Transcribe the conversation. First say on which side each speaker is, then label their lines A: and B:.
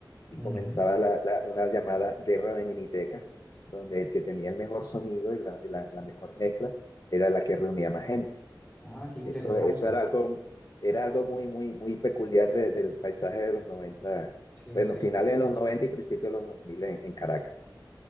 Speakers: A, on the left (about 50°); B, on the left (about 15°).
A: y
B: Ujú.
A: comenzaba la- la- una llamada guerra de minitecas, donde el que tenía el mejor sonido y la, y la- la mejor mezcla era la que reunía más gente.
B: Ah, qué interesante.
A: Eso, eso era algo, era algo muy, muy, muy peculiar de- del paisaje de los noventa
B: Sí,
A: bueno,
B: sí,
A: finales de los 90 y principios de los 2000 en, en Caracas.